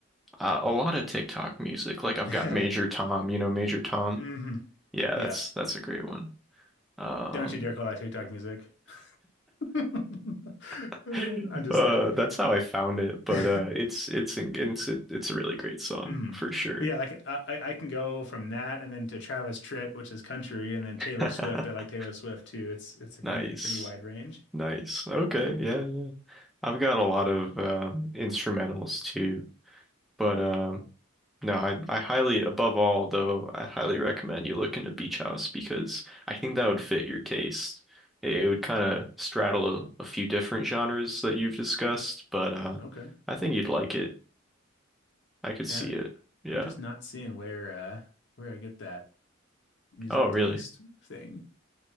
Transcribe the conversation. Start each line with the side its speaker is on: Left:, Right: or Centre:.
Centre: Uh, a lot of TikTok music. Like I've
Left: <laughs>
Centre: got Major Tom, you know Major Tom?
Left: hmm
Centre: Yeah,
Left: Yeah.
Centre: that's that's a great one. Um
Left: Don't you dare call that TikTok music. <laughs>
Centre: <laughs>
Left: I'm just
Centre: Uh,
Left: kidding.
Centre: that's how I found it, but
Left: <laughs>
Centre: uh, it's it's it's it's a really great song
Left: Mm.
Centre: for sure.
Left: But yeah, like I, I I can go from that and then to Travis Tritt, which is country, and then Taylor
Centre: <laughs>
Left: Swift. I like Taylor Swift too. It's it's a
Centre: Nice,
Left: pretty pretty wide range.
Centre: nice. Okay, yeah, yeah. I've got a lot of um, instrumentals too, but um, no, I I highly, above all though, I highly recommend you look into Beach House because I think
Left: Okay.
Centre: that would fit your taste. It, it would kind of straddle a, a few different genres that you've discussed, but uh,
Left: Okay.
Centre: I think you'd like it. I could
Left: And
Centre: see
Left: I'm,
Centre: it. Yeah.
Left: I'm just not seeing where uh where I get that music
Centre: Oh, really?
Left: taste thing.